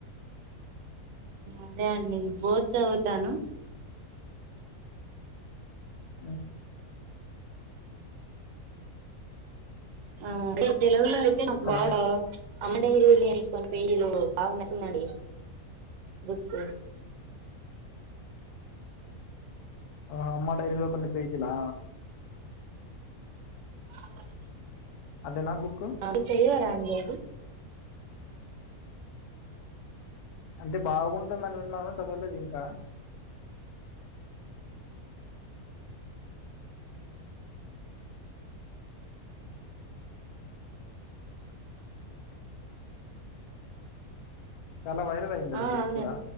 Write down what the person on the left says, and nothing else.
హ్
హలో
ఆ అమ్మ డైరీలో కొన్ని పేజిలా
అదే నా బుక్
అంటే బాగుంటుందని విన్నాను కానీ చదవలేదు ఇంకా చాలా వైరల్ అయింది అండి
బుక్
కూడా